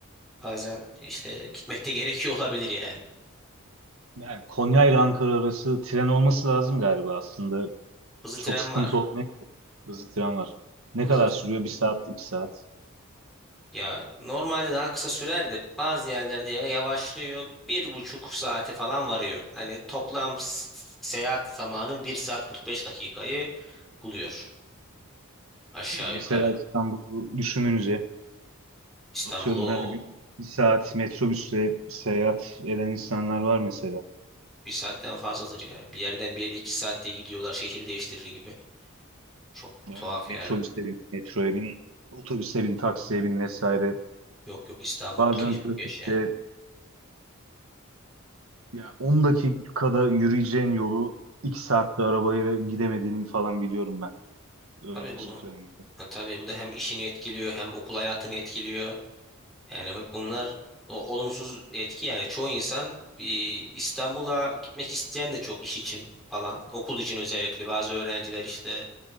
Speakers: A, in the centre; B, on the right.
A: Bazen işte gitmekte gerekiyor olabilir yani.
B: Yani Konya ile Ankara arası tren olması lazım galiba aslında.
A: Hızlı
B: Çok
A: tren
B: sıkıntı
A: var.
B: olmayabilir. Hızlı tren var. Ne
A: Hızlı
B: kadar
A: tren.
B: sürüyor? Bir saat, iki saat.
A: Ya normalde daha kısa sürer de bazı yerlerde ya- yavaşlıyor. Bir buçuk saate falan varıyor. Hani toplam s- seyahat zamanı bir saat 45 dakikayı buluyor. Aşağı
B: Mesela
A: yukarı.
B: İstanbul'u düşününce
A: İstanbul'u
B: atıyorum her gün bir saat metrobüsle seyahat eden insanlar var mesela.
A: bir saatten fazladır ya. Bir yerden bir yere iki saatte gidiyorlar şehir değiştirir gibi. Çok
B: Aynen
A: tuhaf
B: metrobüse
A: yani.
B: bin, metroya bin, otobüse bin, taksiye bin vesaire.
A: Yok yok İstanbul
B: Bazen
A: keşmekeş
B: trafikte
A: yani.
B: ya 10 dakikada yürüyeceğin yolu 2 saatte arabaya gidemediğini falan biliyorum ben öğrencilik
A: Tabii bu,
B: döneminde.
A: tabii bu da hem işini etkiliyor hem okul hayatını etkiliyor. Yani hep bunlar o- olumsuz etki yani çoğu insan bir İstanbul'a gitmek isteyen de çok iş için falan okul için özellikle bazı öğrenciler işte